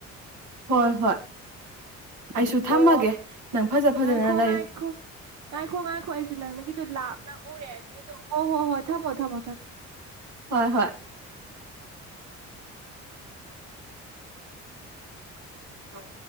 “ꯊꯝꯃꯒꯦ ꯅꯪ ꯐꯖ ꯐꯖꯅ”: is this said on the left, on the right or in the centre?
Right